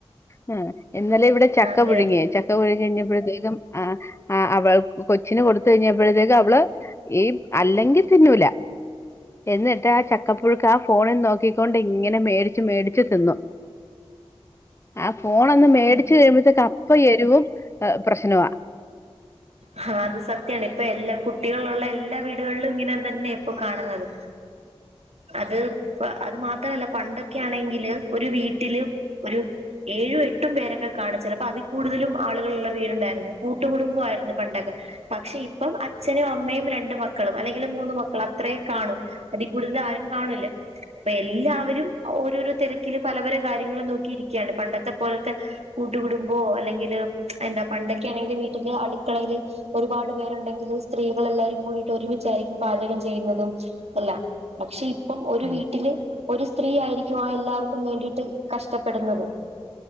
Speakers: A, on the left; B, on the right.
A: ആ ഇന്നലെ ഇവിടെ ചക്ക
B: അതെ
A: പുഴുങ്ങിയെ
B: അതെ
A: ച ചക്ക പുഴുങ്ങി കഴിഞ്ഞപ്പഴ്ത്തേക്കും ആ അവൾ കൊച്ചിന് കൊടുത് കഴിഞ്ഞപ്പഴ്ത്തേക്കും അവള് ഈ അല്ലെങ്കിൽ തിന്നൂല എന്നിട്ട് ആ ചക്കപ്പുഴുക്കാ ഫോണിൽ നോക്കിക്കൊണ്ട് ഇങ്ങനെ മേടിച്ച് മേടിച്ച് തിന്നും ആ ഫോൺ ഒന്ന് മേടിച്ച്
B: അതെ.
A: കഴിയുംമ്പഴ്ത്തേക്ക് അപ്പം എരിവും പ്രശ്നവാ
B: ആ അത് സത്യാണ് ഇപ്പെല്ലാ കുട്ടികളുള്ള എല്ലാ വീടുകളിലും ഇങ്ങനെ തന്നെ ഇപ്പോ കാണുന്നത് അത് അത് മാത്രല്ല പണ്ട് ക്കാണെങ്കില് ഒരു വീട്ടില് ഒരു ഏഴും എട്ടും പേരൊക്കെ കാണും ചെലപ്പൊ അതിൽ കൂടുതലും ആളുകളുള്ള വീടുണ്ടായിരുന്നു കൂട്ടുകടുംബമായിരുന്നു. പണ്ടൊക്കെ പക്ഷെ ഇപ്പം അച്ഛനും അമ്മയും രണ്ട് മക്കളും അല്ലെങ്കിൽ മൂന്ന് മക്കളും അത്രേ കാണൂ അതി കൂടുതൽ ആരും കാണൂല്ല ഇപ്പെല്ലാവരും ഓരോരോ തെരക്കില് പല പല കാര്യങ്ങളും നോക്കിയിരിക്കാണ് പണ്ടത്തെ പോൽത്തെ കൂട്ടു കുടുംബോ അല്ലെങ്കില് എന്താ പണ്ടൊക്കൊണെങ്കിൽ വീട്ടല് അടു ക്കളയില് ഒരുപാട് പേരുണ്ടെങ്കിലും സ്ത്രീകൾ എല്ലാരും കൂടീട്ട് ഒരുമിച്ചായിരിക്കും പാചകം ചെയ്യുന്നതും അല്ല പക്ഷെ ഇപ്പം ഒരു
A: ഉം
B: വീട്ടില് ഒരു സ്ത്രീ ആയിരിക്കും ആ എല്ലാർക്കും വേണ്ടിട്ട് കഷ്ടപ്പെടുന്നത്